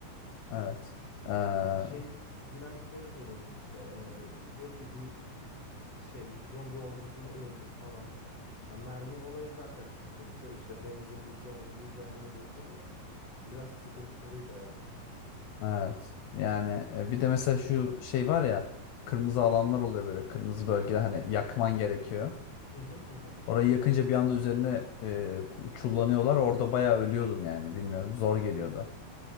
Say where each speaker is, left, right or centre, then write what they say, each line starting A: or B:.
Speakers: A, on the left (about 75°); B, on the left (about 45°).
A: Evet. Ee,
B: ya şey dinamikleri zor onun işte E, diyor ki bir şey zombi ordusunu öldür falan filan. Ya mermi olayı zaten sıkıntı. İşte benzin bulacaksın, onu bulacaksın, bunu bulacaksın da biraz sıkıntılıydı evet.
A: Evet. Yani e, bir de mesela şu şey var ya kırmızı alanlar oluyor böyle kırmızı bölgeler hani yakman gerekiyor.
B: Hı hı hı. hı.
A: Orayı yakınca bir anda üzerine e, çullanıyorlar. Orada bayağı ölüyordum yani bilmiyorum zor geliyordu.